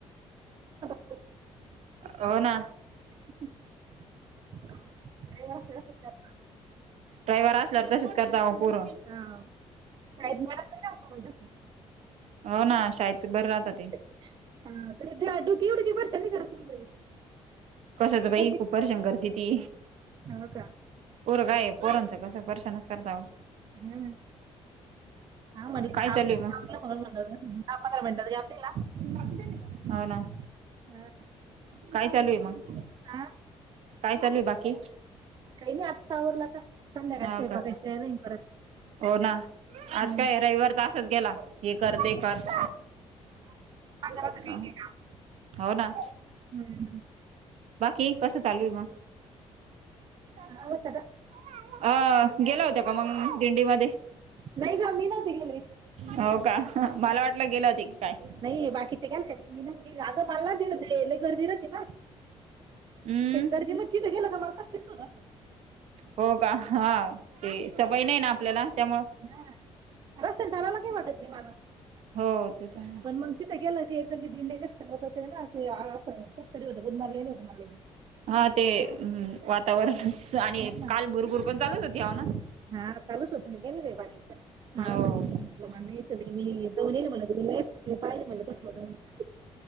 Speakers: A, on the right; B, on the right.
A: -
B: हो ना.
A: पु <inaudible>
B: रविवार असल्यावर तसेच करता पोर.
A: हा <inaudible>
B: हो ना शाळेत बर राहत ते.
A: <inaudible>
B: कशाचं
A: काय
B: बाई
A: करते?
B: कूपर्शं <inaudible> ती किती.
A: हो का
B: पोरगा आहे पोरांचं तास आहे परर्शानच करतव परर्शानच करता.
A: हम्म. हा म्हण
B: काय चालू आहे मग
A: म्हणण म्हणात का आपल्याला. <inaudible>
B: हो ना.
A: हा.
B: काय चालू आहे मग.
A: आ
B: काय चालूय आहे बाकी.
A: काही नाही आता आवरलं संध्याकाळ
B: हो
A: स्वयंपाक
B: का
A: तयारी राहील परत.
B: हो ना आज
A: हम्म.
B: काय रविवार असाच गेला हे कर ते कर
A: माझं
B: अ
A: राहतं काही काही काम.
B: हो ना.
A: हम्म.
B: बाकी कसं चालूय मग? वा
A: आरामच आता.
B: <inaudible> अ गेला होत्या का मग दिंडी मध्ये.
A: नाही ग मी नव्हते गेले.
B: हो का मला वाटलं गेला होता की काय.
A: नाही बाकीचचे गेलेले अगं मल <inaudible> गर्दी राहते ना.
B: हम्म
A: ते गांधी मध्ये गेले की मला कस तरी होत.
B: हो का हा ते सवय नाही ना आपल्याला त्यामुळ.
A: ह रस्त्यातून चालायला काही वाटत नाही मला.
B: हो ते तर आहे.
A: पण मग गेलं क एकदम ते दिंडे्या जास्त लोक होते ना ते कसतरी होत गुन मारले होतं मरले.
B: हा ते वातावरण आणि
A: हा
B: काल बुरभूर पण चालूच होती हना.
A: हा चालूच होत गेलं ते बाकीच्या मला
B: हो
A: म्हणे तर म्हटलं मगच मी. जाऊन येईल म्हणलं तुम्ही नाही ते पाहिजे म्हणलं कसं होतं म्हणलं